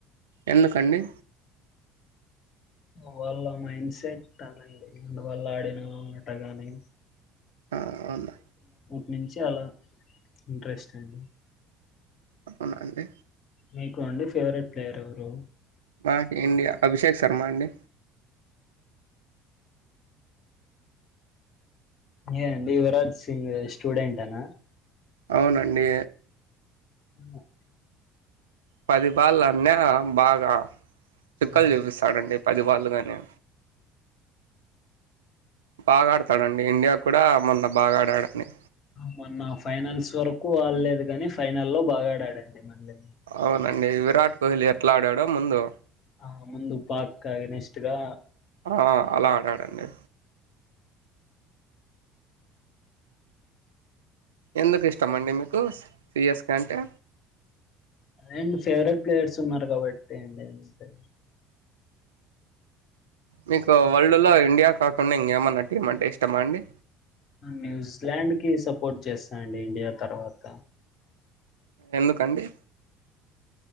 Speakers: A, on the right; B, on the left.
A: ఎందుకండి
B: వాళ్ళ మైండ్ సెట్ కాదండి వాళ్ళ ఆడిన ఆట గానీ
A: ఆ అవున్నా
B: <unintelligible> ఇంట్రెస్ట్ అండి
A: అవునా అండి
B: మీకు అండి ఫేవరెట్ ప్లేయర్ ఎవరు
A: నాక్ ఇండియా అభిషేక్ శర్మ అండి
B: ఏ అండి యువరాజ్ సింగ్ స్టూడెంట్ అన
A: అవునండి
B: హ
A: పది బళ్లు ఆడిన బాగా చుక్కలు
B: ఆ
A: చూపిస్తాడండి పదివాళ్ళు గానే బాగా ఆడతాడండి ఇండియా కూడా మొన్న బాగా ఆడాడని
B: మొన్న ఫైనన్స్ వరకు ఆడలేదు గని ఫైనల్ లో బాగాడాడండి మళ్ళీ
A: అవునండి విరాట్ కోహ్లీ ఎట్లా ఆడాడో ముందు
B: ఆ ముందు పాక్ అగైనెస్ట్ గా
A: ఆ అలా ఆడాడండి ఎందుకు ఇష్టం అండి మీకు స్ సియస్కె అంటే
B: అండ్ ఫేవరెట్ ప్లేయర్స్ ఉన్నారు కాబట్టండి అంతే
A: మీకు వరల్డ్ లో ఇండియా కాకుండా ఇంకేమన్నా టీం అంటే ఇష్టమా అండి
B: న్యూజిలాండ్ కి సపోర్ట్ చేస్తాండి ఇండియా తర్వాత
A: ఎందుకండి